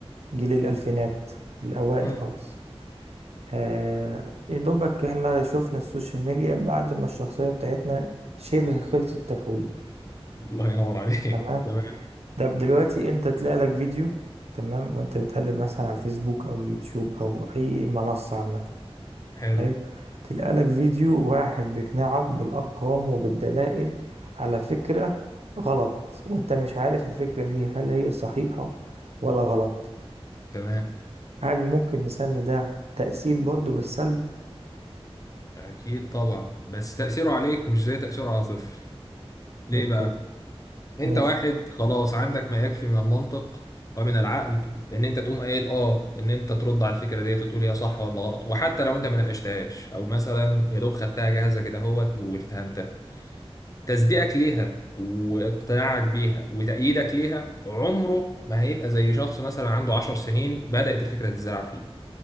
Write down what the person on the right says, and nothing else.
جيل الألفينات الأوائل
خالص آه يا دوبك احنا شفنا السوشيال ميديا بعد ما الشخصية بتاعتنا شبه خلصت تكوين
تمام
ده دلوقتي انت تلاقي لك فيديو تمام وانت بتقلب مثلا على الفيسبوك او يوتيوب او اي منصة عامة
حلو تلاقي لك فيديو واحد بيقنعك بالارقام وبالدلائل على فكرة غلط وانت مش عارف الفكرة دي هل هي صحيحة ولا غلط
هل ممكن نسمي ده تأثير برضو بالسلب
اوكي
ماشي